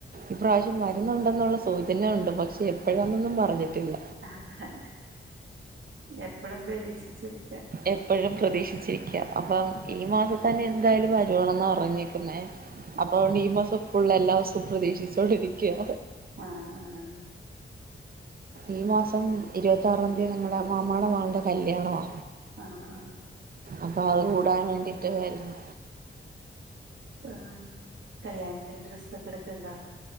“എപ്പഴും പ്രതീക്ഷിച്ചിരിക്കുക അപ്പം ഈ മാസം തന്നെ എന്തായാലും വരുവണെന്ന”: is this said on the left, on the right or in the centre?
Right